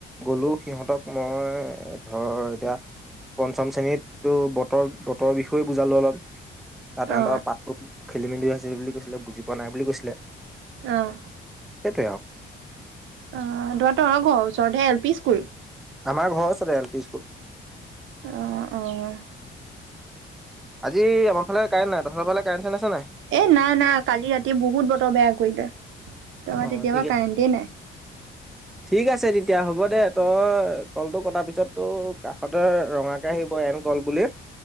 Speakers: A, in the centre; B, on the right (about 80°).
A: গলো সিহঁতক মই ধৰ এতিয়া পঞ্চম শ্ৰেণীতো বতৰ বতৰৰ বিষয়ে বুজালো অলপ ত তেহেতৰ
B: অ অ
A: পাঠতো খেলি মেলি আছে বুলি কৈছিলে বুজি পোৱা নাই বুলি কৈছিলে
B: আহ।
A: তাতে
B: অ তহঁতৰ অ ঘৰ ওচৰতে এল পি স্কুল
A: আমাৰ ঘৰ ওচৰতে এল পি স্কুল
B: আহ আহ
A: আজি আমাৰ ফালে কাৰেণ্ট নাই তহঁতৰ ফালে কাৰেন চাৰেন আছে নাই
B: এ নাই নাই কালি ৰাতি বহুত বতৰ বেয়া কৰি দে তোমাৰ
A: অঁ
B: তেতিয়াৰ
A: ঠিক
B: পৰা
A: আছে
B: কাৰেণ্টে নাই
A: ঠিক আছে তেতিয়া হ'ব দে তই কলটো কটা পি তাৰ পিছতো কাষতে ৰঙাকে আহিব এন কল বুলি